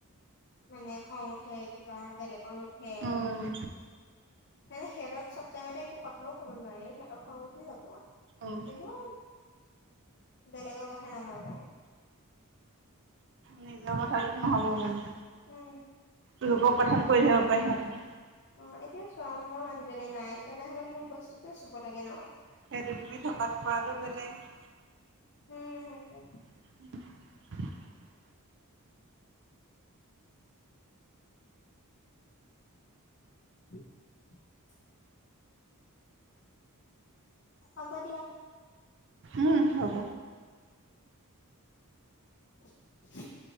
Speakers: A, on the left; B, on the right.
A: মানে খং উঠে কিবা বেলেকৰ নো- ঠে,
B: উম
A: মানে সেহেঁতক চব- তোৰমতে একো কথাও কব নোৱাৰি, সিহঁত খং উঠি যাব। কিন্তু-
B: উম উম
A: বেলেগৰ কথা নাভাবে।
B: নিজৰ কথাটোত নহ'ব মানে,
A: উম
B: লোক কথাতো কৈ থাকিব পাৰে সিহঁতে।
A: উম' এতিয়া চোৱা মই মানুজনী নাই, তেনেহলে মোৰ বস্তু কিয় চুব লাগে ন?
B: সেইটো তুমি ধপাত কৰাটো বেলেগ।
A: উম' সেইটোৱে।
B: <inaudible>
A: <inaudible> হ'ব দিয়া।
B: উম হ'ব
A: <unintelligible>